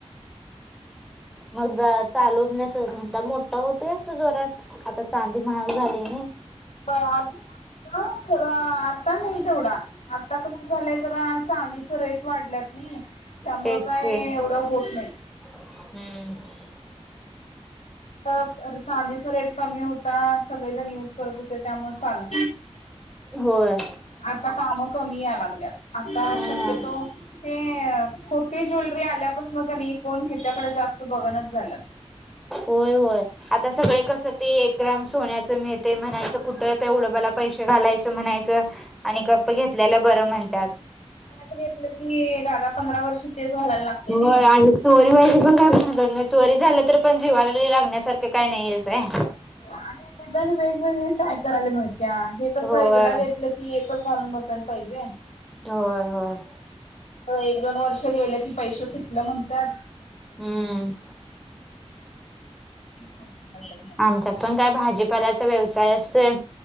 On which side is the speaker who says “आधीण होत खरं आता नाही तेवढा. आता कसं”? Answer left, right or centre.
Left